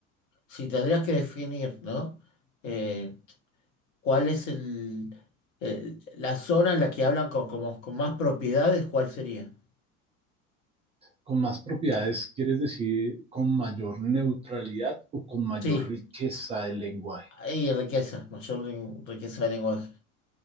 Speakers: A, on the left; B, on the right.
A: si tendrías que definir, ¿no? Eh, ¿cuál es el, el- la zona en la que hablan con, como, con más propiedades? ¿Cuál sería?
B: Con más propiedades, ¿quieres decir con mayor neutralidad o con mayor
A: Sí,
B: riqueza del lenguaje?
A: hay riqueza, mayor len- riqueza de lenguaje.